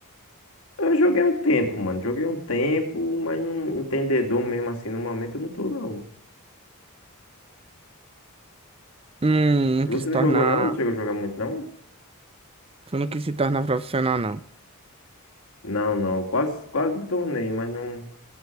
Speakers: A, on the left; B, on the right.
A: Eu joguei um tempo, mano. Joguei um tempo, mas não entendedor mesmo assim no momento eu não tô, não.
B: Hum,
A: Você
B: não quis se
A: não
B: tornar.
A: jogou, não? Não Chegou a jogar muito, não?
B: Tu não quis se tornar profissional, não.
A: Não, não. Quase, quase me tornei, mas não.